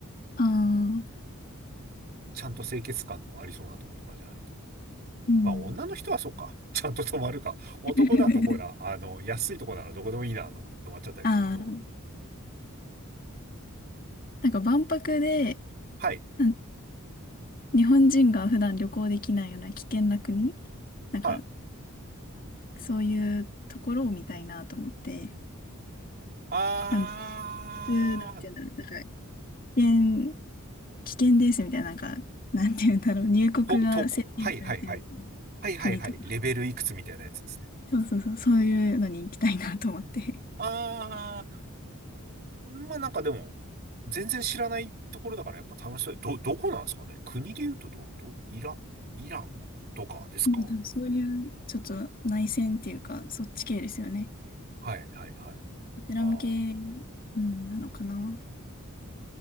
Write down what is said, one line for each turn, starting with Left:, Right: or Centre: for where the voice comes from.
Left: ああ、
Right: ちゃんと清潔感のありそうなとことかじゃないと。
Left: うん。
Right: まあ、女の人はそっか。<laughs> ちゃんと泊まるか。男だと、
Left: <laughs>
Right: ほら、あの、安いとこならどこでもいいなと思って泊まっちゃったりすると。
Left: ああ、なんか万博で、
Right: はい。
Left: なん日本人が普段旅行できないような危険な国、なんか
Right: はい。
Left: そういうところを見たいなと思って、
Right: あー、
Left: なん普通なんて言うんだろう、なんか危険、危険ですみたいな、なんか、なんて言うんだろう、入国が制限されてる
Right: と、とこ。はいはいはい。はいはいはい。
Left: 国とか、
Right: レベルいくつみたいなやつですね。
Left: そうそうそう、そういうのに行きたいなと思って。
Right: あー、まあなんかでも、全然知らないところだからやっぱ楽しそう。ど、どこなんですかね国で言うとど、ど、イラ、イランとかですか
Left: うん、多分そういうちょっと内戦っていうか、そっち系ですよね。
Right: はいはいはい。
Left: イスラム系、
Right: ああ、
Left: うん、なのかな。